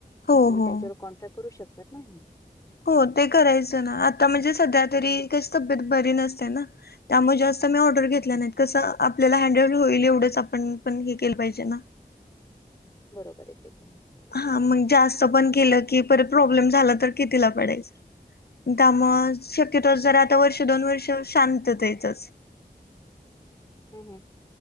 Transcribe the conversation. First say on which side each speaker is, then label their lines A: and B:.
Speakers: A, on the left; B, on the left.
A: हो
B: तुम्ही
A: हो.
B: त्यांच्यावर कॉन्ट्रॅक्ट करू शकत तात ना हे.
A: हो ते करायचं ना आता म्हणजे सध्या तरी कशी तब्येत बरी नसते ना त्यामुळे जास स मी ऑर्डर घेतला
B: ओके
A: नाहीत कसं आपल्याला हँडल होईल एवढंच आपण पण हे केलं पाहिजे ना.
B: बरोबर आहे ते पण हे.
A: हा मंग जास्त पण केलं की परत प्रॉब्लेम झाला तर कितीला पडायचा त्यामुळे शक्यतो जरा आता वर्ष दोन वर्ष शांततेतच.
B: हम्म हम्म